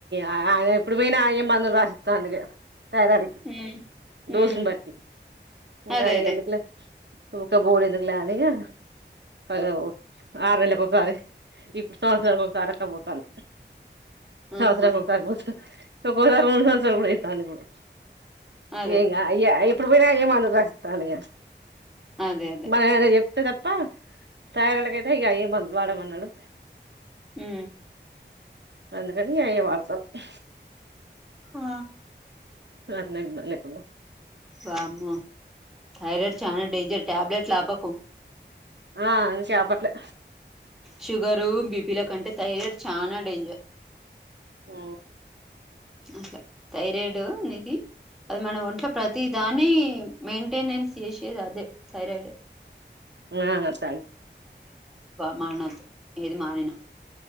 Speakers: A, on the right; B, in the centre.
A: అ ఎప్పుడు పోయినా అయ్యే మందులు రాసి త్తాండిగ థైరాయిడ్ కి
B: ఉమ్
A: డోస్
B: ఉమ్
A: ని బట్టి ఇంగ
B: అదే అదే
A: ఎందుకు లే ఊకె బోవుడేందుకు లే అని ఇగ పదో ఆరు నెల్లకిఒసారి ఇప్పుడు సంవత్సరానికి ఒకసారి అట్లపోతాన సదర
B: ఆహా
A: ఉగబోతు ఒక సంవత్సర కూడాడ అయిత అంది కూడాడు
B: అదే
A: ఏంగా అయ్య ఇప్పుడు పోయినా ఏమ అందుకస్త అందుగా
B: అదే అదే
A: బ చె త్త తప్ప తయడగైయితే ఈ అయి బంద బాడ మంది హలో
B: అ
A: అందుకనీ అయ వాళ్సలు ఆ
B: ఆ
A: <unintelligible> లేకుండ
B: బమ థైరాయిడ్ చా డెంజర్ టాబ్లెట్లు ఆపకు
A: ఆం చేపట్లే
B: షుగరు బీపీల కంటే థైరాయిడ్ చాలా డేంజర్
A: ఆ
B: అసలు థైరాయిడ్ అనేది అది మనం ఒంట్లో ప్రతి దాని మెయింటెనెన్స్ చేషేది అదే థైరాయిడ్
A: ఆ త
B: మ ఏది మారనా